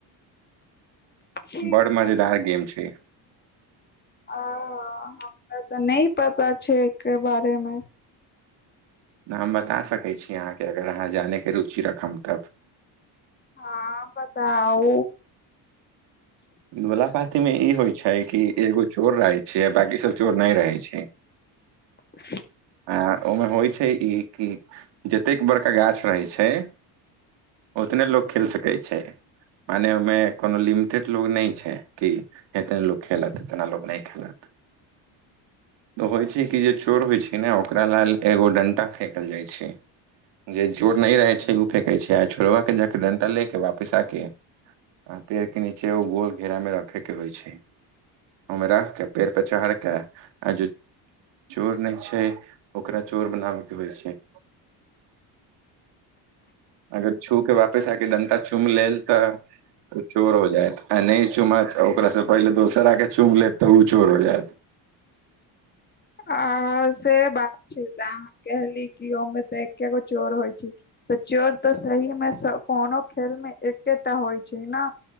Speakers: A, on the left; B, on the right.
A: ठीके
B: बड़ मजेदार गेम छै।
A: आ हमरा तऽ नहि पता छै एक बारेमे
B: नाम बता सकै छी अहाँकेँ अगर अहाँ जानैके रुचि रखब तब
A: ह बताउ <unintelligible>
B: लोला पाती मे ई होई छै कि एगो चोर रहै छै बाकी सभ चोर नहि रहै छै <inaudible>
A: <inaudible>
B: आ ओहिमे होई छै ई कि जतेक बड़का गाछ रहै छै उतने लोग खेल सकै छै मने ओमे कोनो लि म कते लोग नहि छै की एतने लो खेलत एतना लो नहि खेलत तऽ होइत छै कि जे चोर होइत छै ने ओकरा लेलाल एगो डणटा फेकल जाइत छै जे जोर नहि रहैत छै ओ फेकैत छै आ छोड़बा जाकऽ डेटल ले के वापस आके। आ पेड़ के नीचे ओ गोल घेरा मे रखे के होई छै ओमे राखके पेड़ परे चढ़के आ चोर नहि छै ओकरा चोर बनाबै के होई छै अगर छू के वापिस आके डन्टा चुम लेलऽ तऽ ओ चोर हो जायत आ नहि चुमत ओकरास से पहिले दोसर आ के चुम लेतऽ ओ चोर हो जायत
A: आ से बात छै तऽ अहाँ कहली कि ओमे तऽ एकेगो चोर होई छै तऽ चोर तऽ सही मे कोनो खेल मे एकेटा होई छै ने